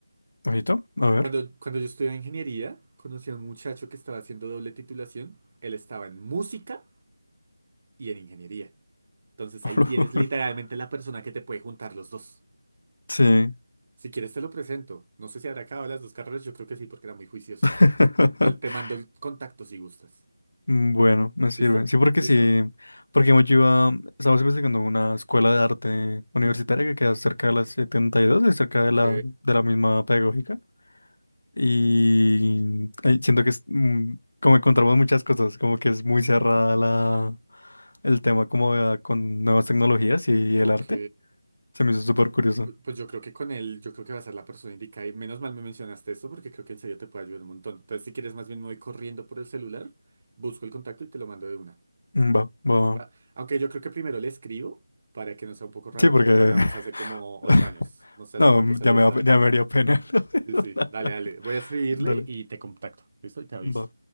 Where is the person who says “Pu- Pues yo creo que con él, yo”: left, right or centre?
Right